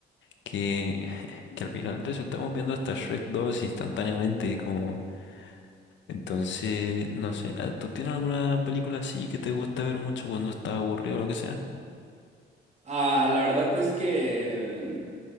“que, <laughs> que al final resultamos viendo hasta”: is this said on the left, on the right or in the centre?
Left